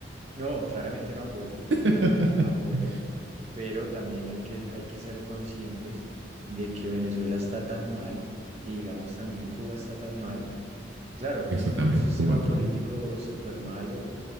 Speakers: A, on the right; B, on the right.
A: no, claramente no apoyo,
B: <laughs>
A: claramente no apoyo. pero también hay que, hay que ser conscientes de que Venezuela está tan mal y digamos también Cuba está tan mal. Claro,
B: Eso
A: tienen
B: también,
A: un sistema
B: Cuba también.
A: político súper malo,